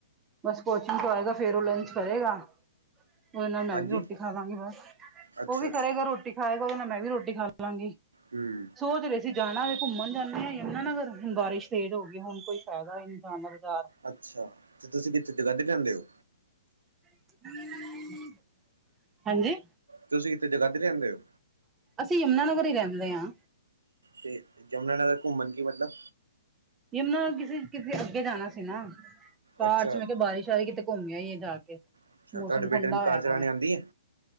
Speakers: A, on the right; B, on the right.
A: ਬਸ ਕੋਚਿੰਗ ਤੋਂ ਆਏਗਾ, ਫੇਰ ਉਹ ਲੰਚ ਕਰੇਗਾ। ਉਹਦੇ ਨਾਲ ਮੈਂ
B: ਹਾਂਜੀ
A: ਵੀ ਰੋਟੀ ਖਾ ਲਵਾਂਗੀ ਬਸ,
B: ਅੱਛਾ
A: ਉਹ ਵੀ
B: ਅੱਛਾ
A: ਕਰੇਗਾ ਰੋਟੀ ਖਾਏਗਾ, ਉਹਦੇ ਨਾਲ ਮੈਂ ਵੀ ਰੋਟੀ ਖਾ ਲਵਾਂਗੀ
B: ਹਮ।
A: ਸੋਚ ਰਹੇ ਸੀ ਜਾਣਾ ਅੱਜ ਘੁੰਮਣ ਜਾਣੇ ਯਮੁਨਾਨਗਰ, ਹੁਣ ਬਾਰਿਸ਼ ਤੇਜ ਹੋਗੀ, ਹੁਣ ਕੋਈ ਫਾਇਦਾ ਨੀ ਜਾਣ ਦਾ। <unintelligible>
B: ਅੱਛਾ, ਤੇ ਤੁਸੀਂ ਕਿੱਥੇ ਜਗਾਧਰੀ ਰਹਿੰਦੇ ਓ?
A: <unintelligible> ਹਾਂਜੀ?
B: ਤੁਸੀ ਕਿੱਥੇ ਜਗਾਦਰੀ ਰਹਿੰਦੇ ਓ?
A: ਅਸੀਂ ਯਮੁਨਾਾਨਗਰ ਹੀ ਰਹਿੰਦੇ ਹਾਂ।
B: ਤੇ ਯਮੁਨਾਾਨਗਰ ਘੁੰਮਣ ਕੀ ਮਤਲਬ?
A: ਯਮੁਨਾ ਕਿਸੇ ਕਿਤੇ ਅੱਗੇ ਜਾਣਾ ਸੀ ਨਾ, ਬਾਅਦ
B: ਅੱਛਾ
A: ਚ ਮੈਂ ਕਿਹਾ ਬਾਰਿਸ਼ ਆਏਗੀ ਤੇ ਘੁੰਮਿਆ ਹੀ ਆ ਜਾ ਕੇ,
B: ਅੱਛਾ
A: ਮੌਸਮ
B: ਤੁਹਾਡੇ ਬੇਟੇ
A: ਠੰਡਾ
B: ਨੂੰ ਕਾਰ
A: ਹੋਇਆ
B: ਚਲਾਉਣੀ
A: ਗਾ ਵੇ।
B: ਆਉਂਦੀ ਹੈ